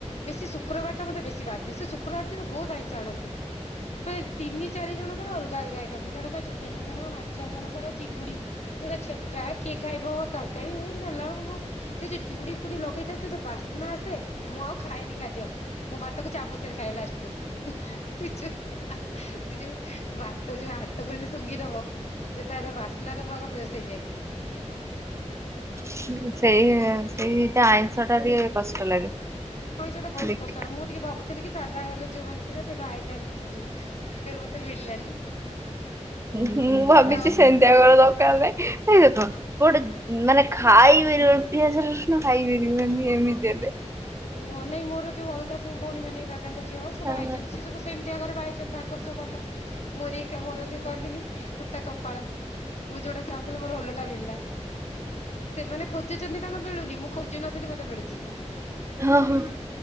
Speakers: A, on the left; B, on the right.
A: ବେଶୀ ଶୁକ୍ରବାରଟା ମତେ ବେଶୀ ବାଧେ ସେ ଶୁକ୍ରବାର ଦିନ ବହୁତ ଆଇଁଷ ଆଣନ୍ତି। ଫେରେ ତିନି ଚାରି ଜଣଙ୍କର ଅଲଗା ଅଲଗା ଆଇଟମ୍ ଜଣଙ୍କ ଚିକେନ ଜଣକ ମାଛ ଜଣଙ୍କର ଚିଙ୍ଗୁଡି। ଗୋଟା ଛେଚା କିଏ ଖାଇବ ତରକାରୀ ଦେରଲା ବେଳକୁ ମୁଁ ସେ ଯୋଉ ଚୁଡି ଫୁଡି ଲଗେଇଥାଏ ସେ ଯଉ ବାସ୍ନା ଆସେ। ମୁଁ ଆଉ ଖାଇଏନି ଖାଦ୍ୟ ମୁଁ ଭାତକୁ ଚାମଚରେ ଖାଏ ଲାଷ୍ଟକୁ ସେ ଯୋଉ ସେ ଯୋଉ ଭାତ ଯୋଉ ହାତକୁ ଏମତି ଶୁଙ୍ଘିଦବ ଯେ ତାର ବାସ୍ନାରେ ମୁଁ ଆଗ ବେହୋସ ହେଇଯାଏ।
B: ସେଇ ସେଇଟା ଆଇଁଷ ଟା ଟିକେ କଷ୍ଟ ଲାଗେ।
A: ଆଇଁଷ ଟା ବହୁତ
B: ଦେଖ
A: କଷ୍ଟ ହେଲା ମୁଁ ଟିକେ ଭାବୁଥିଲି କି ସାଧା ଘରେ ଯୋଉମାନେ <unintelligible> ବାହା ହେଇଥାନ୍ତି ସେଠି ମତେ ମିଳିଲାନି।
B: ମୁଁ ଭାବିଛି
A: ତ
B: ସେମତିଆ ଘର ଦରକାର ନାହିଁ ଭାଇ ଦେଖ। ଗୋଟେ ମାନେ ଖାଇପାରିବ ପିଆଜ ରସୁଣ ଖାଇପାରିବ ଏମିତି ହେଲେ।
A: କୁହାନାଇଁ ମୋର ଯୋଉ ଅଲଗା ସବୁ ଭଉଣୀ ମାନେ ଦାଙ୍କ ଝିଅ ସବୁ
B: ହଁ
A: ଆଇଛନ୍ତି ସେ ସବୁ ସେମି ଘରେ ବା ହେଇଛନ୍ତି ତାଙ୍କର ସବୁ ଭଲ ମୋରି ଏକ ମୋର ଯୋଉ କହନ୍ତିନି ଫୁଟା କପାଳ। ମୁଁ ଯୋଉଟା ଚାହୁଁଥିଲି ମୋର ଓଲଟା ମିଳିଲା ସେମାନେ ଖୋଜୁଛନ୍ତି ତାଙ୍କୁ ମିଳୁନି ମୁଁ ଖୋଜୁନଥିଲ ମତେ ମିଳୁଛି।
B: ଓ ହୋ।